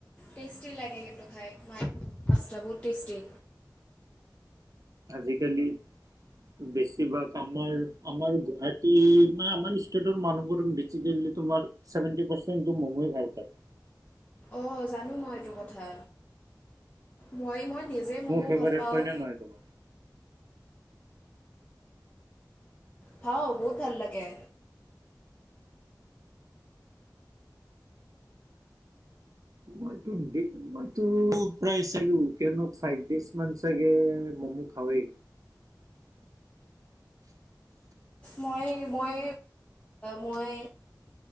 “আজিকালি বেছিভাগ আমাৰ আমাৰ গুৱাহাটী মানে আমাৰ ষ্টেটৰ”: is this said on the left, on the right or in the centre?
Right